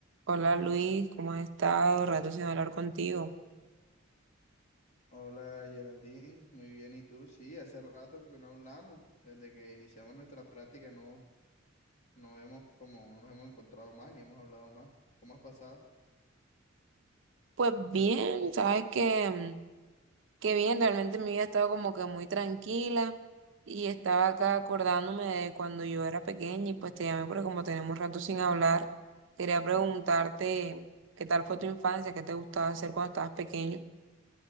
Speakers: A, on the right (about 65°); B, on the left (about 35°).
A: Hola Luis, ¿cómo has estado? Rato sin hablar contigo.
B: Hola Geraldine, muy bien, ¿y tú? Sí, hace rato que no hablamos, desde que iniciamos nuestra práctica no, no hemos como, no nos hemos encontrado más ni hemos hablado más. ¿Cómo has pasado?
A: Pues bien, sabes que, mm, que bien, realmente mi vida ha estado como que muy tranquila y estaba acá acordándome de cuando yo era pequeña y pues te llamé porque como tenemos rato sin hablar, quería preguntarte qué tal fue tu infancia, qué te gustaba hacer cuando estabas pequeño.